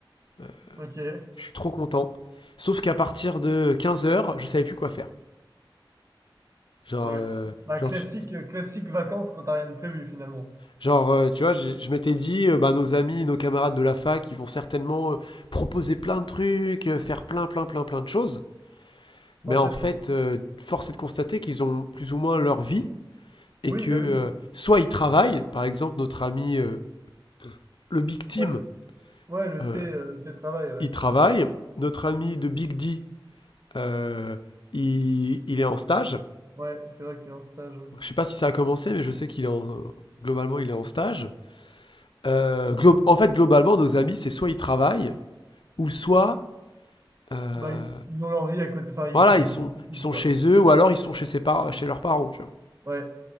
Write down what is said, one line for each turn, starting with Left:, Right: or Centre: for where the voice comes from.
Left: Euh,
Right: Ok,
Left: je suis trop content. Sauf qu'à partir de 15 heures, je savais plus quoi faire. Genre,
Right: ouais.
Left: euh,
Right: Bah,
Left: genre,
Right: classique,
Left: tu,
Right: euh, classique vacances quand t'as rien de prévu finalement.
Left: genre, euh, tu vois, je, je m'étais dit, euh, bah, nos amis, nos camarades de la fac, ils vont certainement euh, proposer plein de trucs, euh, faire plein, plein, plein, plein de choses. Mais
Right: En
Left: en
Right: fait,
Left: fait,
Right: non.
Left: euh, force est de constater qu'ils ont plus ou moins leur vie et
Right: Oui,
Left: que
Right: bah
Left: euh,
Right: oui.
Left: soit ils travaillent, par exemple notre ami euh, le Big Team,
Right: Ouais, le, ouais, le
Left: euh,
Right: thé, euh, le thé travail, ouais.
Left: il travaille, notre ami de Big D, euh, il, il est en stage.
Right: Ouais, c'est vrai qu'il est en stage.
Left: Je sais pas si ça a commencé, mais je sais qu'il est en, euh, globalement il est en stage. Euh, glo- en fait, globalement, nos amis, c'est soit ils travaillent, ou soit euh,
Right: Bah, ils, ils ont leur vie à côté, enfin, ils,
Left: voilà,
Right: ils,
Left: ils sont,
Right: ils
Left: ils
Right: foutent,
Left: sont
Right: quoi.
Left: chez eux, ou alors ils sont chez, ses par- chez leurs parents. Tu vois.
Right: Ouais,